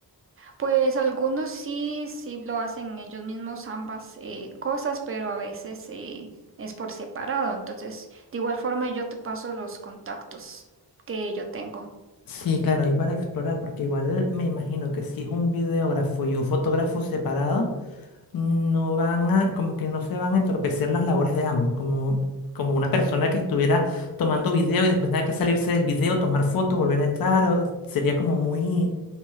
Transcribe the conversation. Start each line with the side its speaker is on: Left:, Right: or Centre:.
Right: Pues algunos sí, sí lo hacen ellos mismos ambas eh, cosas, pero a veces eh, es por separado. Entonces, de igual forma, yo te paso los contactos que yo tengo.
Left: Sí, claro, ahí para explorar, porque igual me imagino que si es un videógrafo y un fotógrafo separado no van a, como que no se van a entorpecer las labores de ambos, como, como una persona que estuviera tomando video y después tenga que salirse del video, tomar foto, volver a entrar, o- sería como muy,